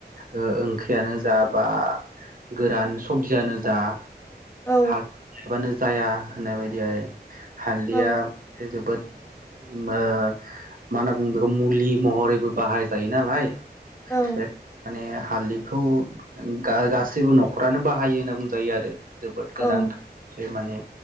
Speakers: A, on the right (about 55°); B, on the left (about 15°).
A: ओ ओंख्रियानो जा बा। गोरान सबजियानो जा।
B: औ
A: <unintelligible> जाया होननाय बायदि आरो। हालदैया
B: औ
A: जोबोद मा मा होनना बुङो बेखौ मुलि महरैबो बाहाय जायो नालाय।
B: औ
A: बे माने। हालदैखौ गा-गासै बो न'खरानो बाहायो होनना बुंजायो आरो। जोबोद गोनांथा
B: औ
A: सो माने।